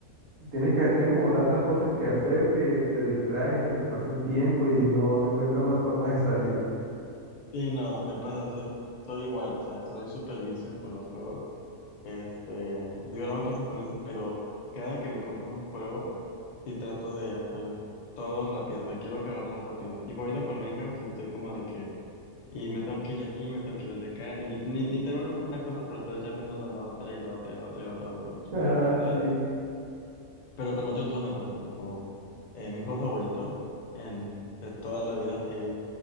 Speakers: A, on the right; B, on the left.
A: Tienes que, tienes como tantas cosas que hacer que te distraes y se te pasa el tiempo y no, no encuentras una <laughs> forma de salir.
B: Sí, no, me pasa, soy, soy igual, o sea, soy súper vicio con los juegos. Este, digo, no me pasa con ese, pero cada que me compro un juego, sí trato de hacer todo rápido, o sea, quiero acabarlo rápido. Tipo ahorita con Minecraft, sí estoy como de que, y me tengo que ir aquí, me tengo que ir allá acá, y ni, ni ni termino de hacer una cosa por estar ya pensando en la otra, y la otra, y la otra, y la otra, y la otra, y la otra,
A: <laughs>
B: ¿sabes?
A: Sí.
B: Pero con muchos juegos me pasa, tipo, eh, mi juego favorito en, de toda la vida es